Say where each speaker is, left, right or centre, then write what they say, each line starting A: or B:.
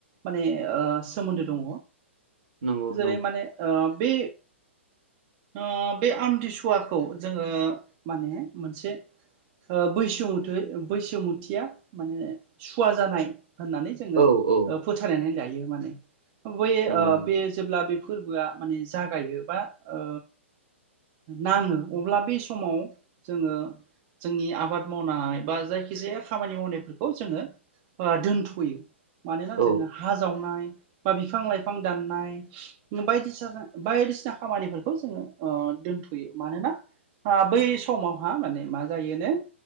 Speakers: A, on the right (about 35°); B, on the right (about 60°).
A: माने ओ सोमोन्दो दङ
B: नंगौ नंगौ
A: जेरै माने ओ बे ओ बे आमथिसुवाखौ जोङो माने मोनसे ओ बैसोमुथै बैसुमुथिया माने सुवा जानाय होननानै जोङो
B: औ औ
A: ओ फोथायनानै लायो माने बै
B: नंगौ
A: ओ
B: नंगौ
A: बे जेब्ला बे फोरबोआ माने जागायो बा ओ नाङो अब्ला बे समाव जोङो जोंनि आबाद मावनाय बा जायखि जाया खामानि मावनायफोरखौ जोङो ओ दोनथ'यो मानोना
B: औ
A: जोङो हा जावनाय बा बिफां लाइफां दाननाय बायदिना बायदिसिना खामानिफोरखौ जोङो ओ दोनथ'यो मानोना आ बै समावहा माने मा जायोनो